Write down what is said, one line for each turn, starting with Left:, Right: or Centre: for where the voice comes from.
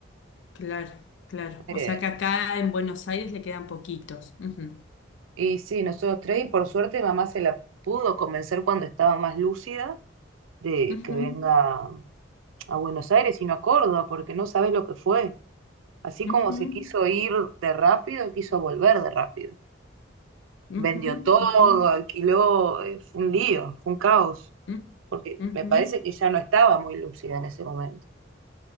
Left: Claro, claro.
Right: Eh,
Left: O sea que acá en Buenos Aires le quedan poquitos. Ujú,
Right: y sí, nosotros tres, y por suerte mamá se la pudo convencer cuando estaba más lúcida de
Left: ujú,
Right: que venga a Buenos Aires y no a Córdoba, porque no sabes lo que fue. Así
Left: ujú,
Right: como se quiso ir de rápido, quiso volver de rápido.
Left: ujú,
Right: vendió todo,
Left: ujú,
Right: alquiló, eh, fue un lío, fue un caos,
Left: u-
Right: porque
Left: ujú.
Right: me parece que ya no estaba muy lúcida en ese momento,